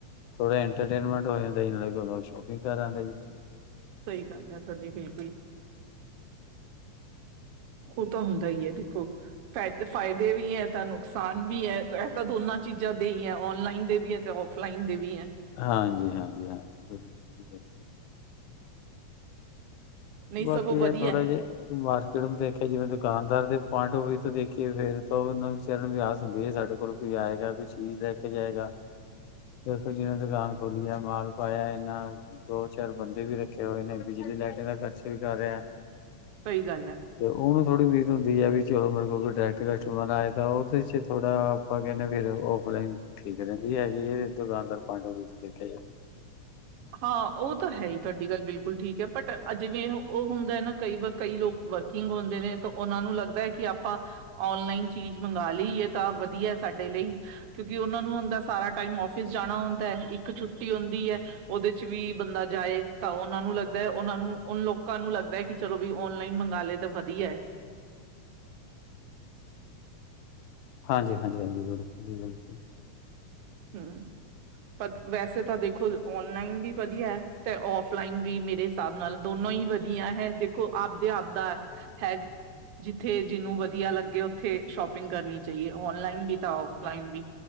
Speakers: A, on the left; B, on the right.
A: ਥੋੜ੍ਹਾ ਐਂਟਰਟੇਨਮੈਂਟ ਹੋ ਜਾਂਦਾ ਇੰਜ ਲਗਦਾ, ਨਾਲ ਸ਼ੋਪਿੰਗ ਕਰ ਆਂਦਾ ਜੀ।
B: ਸਈ ਗੱਲ ਹੈ ਤਵਾਡੀ, ਬਿਲਕੁਲ। ਏਹ ਤਾਂ ਹੁੰਦਾ ਈ ਐ, ਦੇਖੋ। ਫੈ ਫਾਇਦੇ ਵੀ ਐ ਤਾਂ ਨੁਕਸਾਨ ਵੀ ਐ। ਐਹ ਤਾਂ ਦੋਨਾਂ ਚੀਜਾਂ ਦੇ ਹੀ ਆਂ ਓਨਲਾਈਨ ਦੇ ਵੀ ਐਂ ਤੇ ਔਫਲਾਈਨ ਦੇ ਵੀ ਐਂ।
A: ਹਾਂਜੀ-ਹਾਂਜੀ-ਹਾਂਜੀ, ਬਿਲਕੁਲ ਜੀ ਬਿਲਕੁਲ।
B: ਨਹੀਂ
A: ਬਾਕੀ
B: ਸਗੋਂ ਵਧੀਆ
A: ਐ ਥੋੜਾ ਜਿਆ ਮਾਰ ਕਿੜਮ ਦੇਖਿਆ ਜਿਵੇਂ ਦੁਕਾਨਦਾਰ ਦੇ ਪੁਆਇੰਟ ਓਫ ਵਿਯੂ ਤੋਂ ਦੇਖੀਏ ਫੇਰ ਤੋਂ ਉਨੂੰ ਵਿਚਾਰੇ ਨੂੰ ਆਸ ਹੁੰਦੀ ਏ ਸਾਡੇ ਕੋਲ ਕੋਈ ਆਏਗਾ, ਕੋਈ ਚੀਜ਼ ਲੈ ਕੇ ਜਾਏਗਾ। ਦੇਖੋ ਜਿਵੇਂ ਦੁਕਾਨ ਖੋਲੀ ਆ, ਮਾਲ ਪਾਇਆ ਏਨਾਂ ਦੋ-ਚਾਰ ਬੰਦੇ ਵੀ ਰੱਖੇ ਹੋਏ ਨੇ। ਬਿਜਲੀ ਲਾਈਟਾਂ ਦਾ ਖਰਚਾ ਵੀ ਕਰ ਰਿਆਂ।
B: ਸਈ ਗੱਲ ਐ।
A: ਤੇ ਓਨੂੰ ਥੋੜੀ ਉਮੀਦ ਹੁੰਦੀ ਐ ਵੀ ਚਲੋ ਮੇਰੇ ਕੋਲ ਕੋਈ ਡਾਇਰੈਕਟ ਕਸਟਮਰ ਆਏ ਤਾਂ ਓਦੇ 'ਚ ਈ ਥੋੜਾ ਓ ਕੇਨੇਂ ਆ ਫੇਰ ਔਫਲਾਈਨ ਠੀਕ ਰੇਂਦੀ ਹੈਗੀ ਏ ਜੇ ਦੁਕਾਨਦਾਰ <unintelligible> ਦੇਖਿਆ ਜਾਏ।
B: ਹਾਂ ਓ ਤਾਂ ਹੈ ਈ ਤੁਆਡੀ ਗੱਲ ਬਿਲਕੁਲ ਠੀਕ ਐ ਬਟ ਅਜੇ ਵੀ ਇਹ ਓ ਹੁੰਦੈ ਨਾ ਕਈ ਵਾਰ ਕਈ ਲੋਕ ਵਰਕਿੰਗ ਹੋਂਦੇ ਨੇ ਤਾਂ ਓਨਾਂ ਨੂੰ ਲੱਗਦੈ ਕਿ ਆਪਾਂ ਓਨਲਾਈਨ ਚੀਜ ਮੰਗਵਾ ਲਈ ਏ ਤਾਂ ਵਧੀਐ ਸਾਡੇ ਲਈ ਕਿਉਂਕਿ ਓਨਾ ਨੂੰ ਹੁੰਦੈ ਸਾਰਾ ਟਾਈਮ ਓਫਿਸ ਜਾਣਾ ਹੁੰਦੈ ਇੱਕ ਛੁੱਟੀ ਹੁੰਦੀ ਐ ਓਦੇ 'ਚ ਵੀ ਬੰਦਾ ਜਾਏ ਤਾਂ ਓਨਾਂ ਨੂੰ ਲੱਗਦੈ ਓਨਾਂ ਨੂੰ ਓਨ ਲੋ ਕਾਂ ਨੂੰ ਲੱਗਦੈ ਕਿ ਚਲੋ ਵੀ ਓਨਲਾਈਨ ਮੰਗ ਲਏ ਤਾਂ ਵਧੀਐ।
A: ਹਾਂਜੀ-ਹਾਂਜੀ-ਹਾਂਜੀ, ਬਿਲਕੁਲ ਜੀ ਬਿਲਕੁਲ।
B: ਹੂੰ। ਪਗ ਵੈਸੇ ਤਾਂ ਦੇਖੋ ਓਨਲਾਈਨ ਵੀ ਵਧੀਐਂ ਤੇ ਓਫਲਾਈਨ ਵੀ ਮੇਰੇ ਸਾਬ ਨਾਲ ਦੋਨੋ ਈ ਵਧੀਆ ਹੈ। ਦੇਖੋ ਆਪਦੇ ਆਪਦਾ <unintelligible> ਜਿੱਥੇ ਜਿਨੂੰ ਵਧੀਆ ਲੱਗੇ ਓਥੇ ਸ਼ੋਪਿੰਗ ਕਰਨੀ ਚਾਈਏ। ਓਨਲਾਈਨ ਵੀ ਤਾਂ ਓਫਲਾਈਨ ਵੀ।